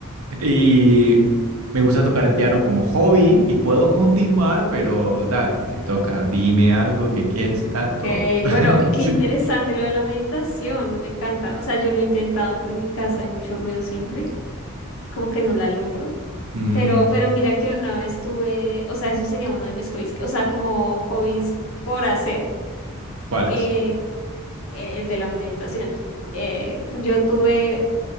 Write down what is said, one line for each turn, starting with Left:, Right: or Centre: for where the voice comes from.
Right: Y me gusta tocar el piano como hobby y puedo continuar, pero dale, te toca, dime algo que quieres y tal,
Left: Ok,
Right: todo. <laughs>
Left: bueno, qué
Right: Sí.
Left: interesante lo de la meditación, me encanta. O sea, yo lo he intentado, pero en mi casa hay mucho ruido siempre, como que no la logro.
Right: Mm,
Left: Pero, pero mira que una vez tuve, o sea, eso sería uno de mis hobbies, o sea, como hobbies por hacer,
Right: ¿cuáles?
Left: eh, eh, el de la meditación. Eh, yo tuve,